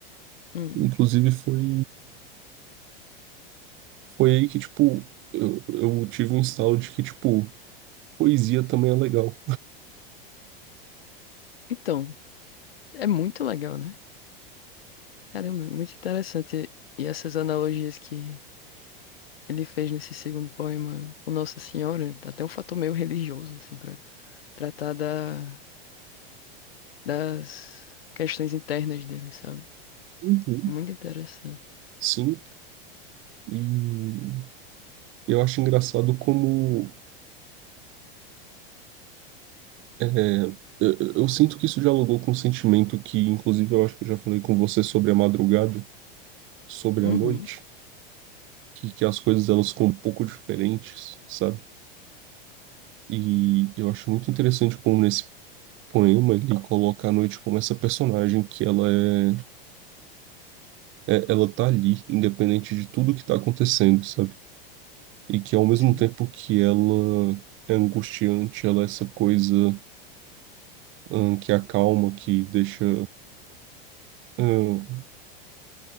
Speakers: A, on the left (about 80°); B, on the right (about 45°).
A: Hum.
B: Inclusive foi foi aí que tipo eu, eu tive um instalo de que tipo poesia também é legal.
A: Então, é muito legal, né? Caramba, muito interessante. E essas analogias que ele fez nesse segundo poema o Nossa Senhora, tá até um fator meio religioso, assim, para tratar da, das questões internas dele, sabe?
B: Uhum.
A: Muito interessante.
B: Sim, e eu acho engraçado como É, é, eu, eu sinto que isso dialogou com um sentimento que, inclusive, eu acho que eu já falei com você sobre a madrugada, sobre
A: Uhum,
B: a noite, que, que as coisas elas ficam um pouco diferentes, sabe? E eu acho muito interessante como nesse poema ele coloca a noite como essa personagem que ela é, é- ela tá ali, independente de tudo que tá acontecendo, sabe? E que ao mesmo
A: sim,
B: tempo que ela é angustiante, ela é essa coisa, hum, que acalma, que deixa, hum,